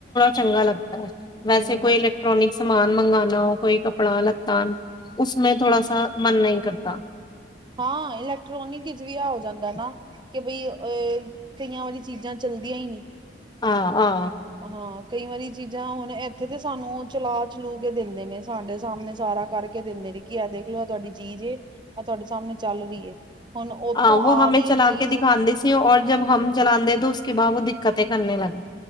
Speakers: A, on the left (about 25°); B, on the right (about 25°).
A: ਚੰਗਾ ਲੱਗਦਾ। ਵੈਸੇ,
B: ਹੂੰ,
A: ਕੋਈ ਇਲੈਕਟ੍ਰੋਨਿਕਸ ਸਮਾਨ ਮੰਗਾਨਾ ਹੋ, ਕੋਈ, ਕੱਪੜਾ- ਲੱਤਾ ਉਸਮੇ ਥੋੜਾ ਸਾ ਮਨ ਨਹੀਂ ਕਰਤਾ
B: ਹਾਂ, ਇਲੈਕਟ੍ਰੋਨਿਕ ਵਿਚ ਵੀ, ਆ ਹੋ ਜਾਂਦਾ ਨਾ, ਕਿ ਬਈ ਅ- ਕਈਆਂ ਵਾਰੀ ਚੀਜ਼ਾਂ ਚੱਲਦੀਆਂ ਹੀ ਨਹੀਂ।
A: ਹਾਂ, ਹਾਂ
B: ਹਾਂ, ਕਈ ਵਾਰੀ ਚੀਜ਼ਾਂ ਹੁਣ ਇੱਥੇ ਤੇ, ਸਾਨੂੰ ਉਹ ਚਲਾ-ਚਲੂ ਕੇ ਦਿੰਦੇ ਨੇ, ਸਾਡੇ ਸਾਹਮਣੇ ਸਾਰਾ ਕਰਕੇ ਦਿੰਦੇ ਨੇ, ਕਿ, ਇਹ ਦੇਖ ਲੋ, ਆ ਤੁਹਾਡੀ ਚੀਜ਼ ਏ। ਤੁਹਾਡੇ ਸਾਹਮਣੇ ਚੱਲ ਰਹੀ ਹੈ ਹੁਣ ਉੱਥੋਂ
A: ਹਾਂ, ਉਹ
B: ਆ
A: ਹਮੇ
B: ਰਹੀ
A: ਚਲਾ
B: ਹੈ ਚੀਜ਼
A: ਕੇ ਦਿਖਾਂਦੇ ਸੀ, ਔਰ ਜਬ ਹਮ ਚਲਾਂਦੇ ਉਸ ਕੇ ਬਾਅਦ ਕਦੇ ਕਰਨੇ ਲੱਗ